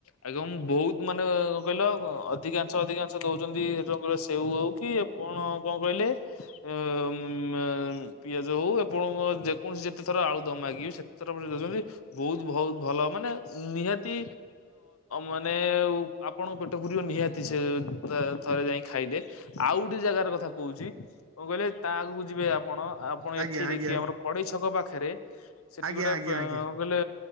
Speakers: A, on the left; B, on the right.
A: ଆଜ୍ଞା ମୁ ବହୁତ ମାନେ କଣ କହିଲ ଅଧିକାଂଶ ଅଧିକାଂଶ ଦଉଛନ୍ତି ସେ କହିଲ ସେଉ ହଉ କି କଣ ଆଉ କଣ କହିଲେ ଅ ଉ ମ ପିଆଜ ହଉ ଆପଣ ଯେକୌଣସି ଯେତେଥର ଆଳୁଦମ ମାଗିବେ ସେତେଥର ଦେଉଛନ୍ତି। ବହୁତ ବହୁତ ଭଲ ମାନେ ନିହାତି ମାନେ ଆପଣଙ୍କ ପେଟ ପୂରିବ ନିହାତି ସେ ଥରେ ଯାଇ ଖାଇଲେ। ଆଉ ଗୋଟେ ଜାଗାର କଥା କହୁଛି କଣ କହିଲେ ତା ଆଗକୁ ଯିବେ ଆପଣ ଆପଣ
B: ଆଜ୍ଞା
A: ଏଠି
B: ଆଜ୍ଞା
A: ଦେଖିବେ ଆମର କଡେଇ ଛକ ପାଖରେ ସେଠି
B: ଆଜ୍ଞା
A: ଗୋଟେ
B: ଆଜ୍ଞା ଆଜ୍ଞା
A: ଇଲେ